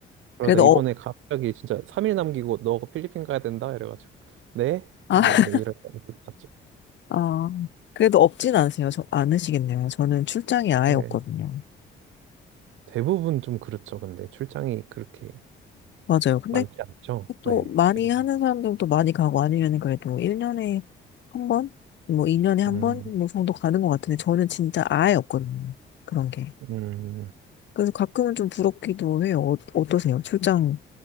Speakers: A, on the right; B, on the left.
A: 그러다
B: 그래도
A: 이번에
B: 어,
A: 갑자기 진짜 3일 남기고 너 필리핀 가야 된다 이래가지고 네?
B: 아,
A: 네
B: <laughs>
A: 이래 이래 갔죠.
B: 아, 그래도 없진 않으세요. 저, 않으시겠네요. 저는 출장이 아예
A: 네.
B: 없거든요.
A: 대부분 좀 그렇죠. 근데 출장이 그렇게
B: 맞아요. 근데
A: 많지 않죠.
B: 또
A: 네.
B: 많이
A: 대부분.
B: 하는 사람들도 많이 가고 아니면 그래도 1년에 한 번? 뭐 2년에 한
A: 음,
B: 번? 뭐 정도 가는 것 같은데 저는 진짜 아예 없거든요. 그런 게.
A: 음,
B: 그래서 가끔은 좀 부럽기도 해요. 어, 어떠세요? 출장